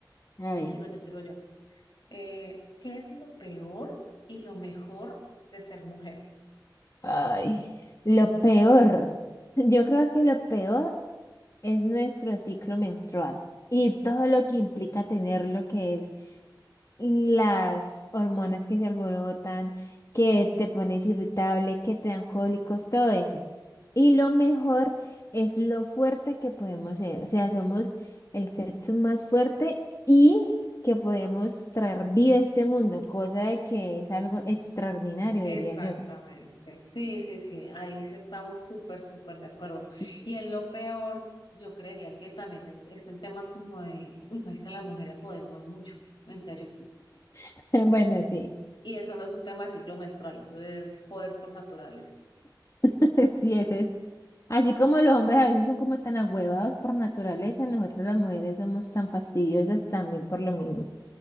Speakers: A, on the left (about 40°); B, on the left (about 80°).
A: A ver.
B: sigo yo, sigo yo. Eh, ¿qué es lo peor y lo mejor de ser mujer?
A: Ay, lo peor. <laughs> Yo creo que lo peor es nuestro ciclo menstrual y todo lo que implica tenerlo, que es las hormonas que se alborotan, que te pones irritable, que te dan cólicos, todo eso. Y lo mejor es lo fuerte que podemos ser. O sea, somos el sexo más fuerte y que podemos traer vida a este mundo, cosa de que es algo extraordinario,
B: Exactamente.
A: diría yo.
B: Sí, sí, sí. Ahí sí estamos súper, súper de acuerdo.
A: Sí.
B: Y en lo peor, yo creería que también es, es el tema como de, uy, marica, las mujeres jodemos mucho, en serio.
A: <laughs> Bueno, sí,
B: Y eso no es un tema de ciclo menstrual, eso es joder por naturales.
A: <laughs> sí, eso es. Así como los hombres a veces son como tan agüevados por naturaleza, nosotras las mujeres somos tan fastidiosas también por lo mismo.